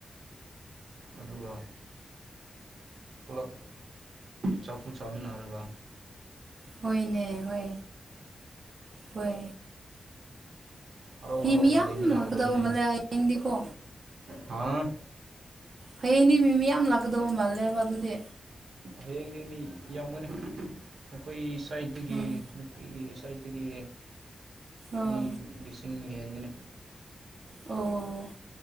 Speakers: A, on the right; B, on the right.
A: ꯑꯗꯨꯒ ꯄꯨꯂꯞ ꯆꯥꯛꯄꯨ ꯆꯥꯃꯤꯅꯔꯒ
B: ꯍꯣꯏꯅꯦ ꯍꯣꯏ ꯍꯣꯏ
A: ꯍꯔꯥꯎ
B: ꯃꯤ
A: ꯍꯔꯥꯎꯅ
B: ꯃꯤꯌꯥꯝ
A: ꯂꯩꯃꯤꯟꯅꯒꯗꯕꯅꯦ
B: ꯂꯥꯛꯀꯗꯕ ꯃꯜꯂꯦ ꯍꯌꯦꯡꯗꯤꯀꯣ
A: ꯍꯥꯡ
B: ꯍꯌꯦꯡꯗꯤ ꯃꯤ ꯃꯤ ꯌꯥꯝ ꯂꯥꯛꯀꯗꯧꯕ ꯃꯥꯜꯂꯦꯕ ꯑꯗꯨꯗꯤ
A: ꯍꯌꯦꯡꯗꯤ ꯃꯤ ꯌꯥꯝꯒꯅꯤ ꯑꯩꯈꯣꯏ ꯁꯥꯏꯠꯇꯒꯤ
B: ꯎꯝ
A: ꯅꯨꯄꯤꯒꯤ ꯁꯥꯏꯗꯒꯤ
B: ꯑꯣ
A: ꯃꯤ ꯂꯤꯁꯤꯡ ꯍꯦꯟꯒꯅꯤ
B: ꯑꯣ